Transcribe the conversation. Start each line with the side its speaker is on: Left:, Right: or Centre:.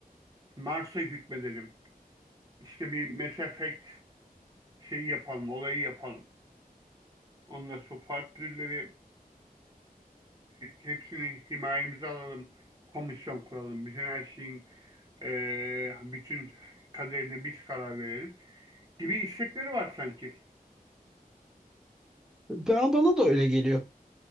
Right: Mars'a hükmedelim. İşte bir Mass Effect şeyi yapalım, olayı yapalım. Ondan sonra farklı türleri hepsini himayemize alalım. Komisyon kuralım. Bütün her şeyin ee, bütün kaderine biz karar verelim gibi istekleri var sanki.
Centre: Ben, bana da öyle geliyor.